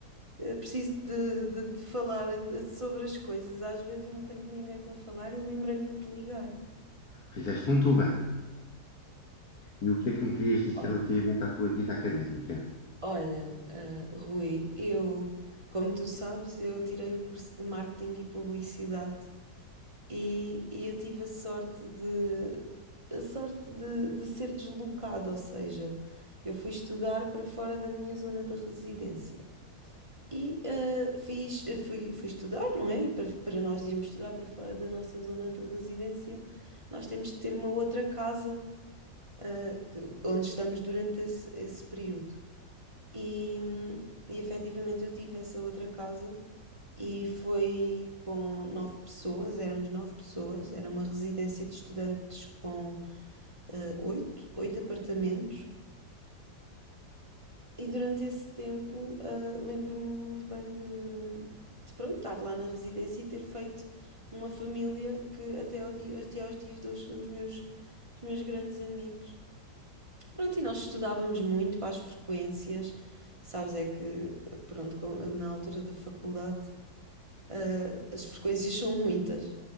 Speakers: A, on the right; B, on the left.
A: Eh, preciso de, de, de falar eh, sobre as coisas. Às vezes não tenho ninguém para falar e lembrei-me de te ligar.
B: Fizeste muito bem. E o que é que me querias dizer
A: Olha,
B: relativamente à tua vida académica?
A: olha, ah, Rui, eu, como tu sabes, eu tirei o curso de marketing e publicidade E, e eu tive a sorte de a sorte de, de ser deslocada, ou seja, eu fui estudar para fora da minha zona de residência. E eh, fiz, eh, fui, fui estudar, não é? E para, para nós irmos estudar para fora da nossa zona de residência, nós temos de ter uma outra casa eh, que- onde estamos durante esse, esse período. E, hum, e efetivamente eu tive essa outra casa e foi com nove pessoas, éramos nove pessoas, era uma residência de estudantes com eh, oito, oito apartamentos. E durante esse tempo, eh, lembro-me muito bem de, de pronto, estar lá na residência e ter feito uma família que até, ao dia, até aos dias de hoje são os meus, os meus grandes amigos. Pronto, e nós estudávamos muito para as frequências, sabes, é que, pronto, com- na altura da faculdade. ah, as frequências são muitas.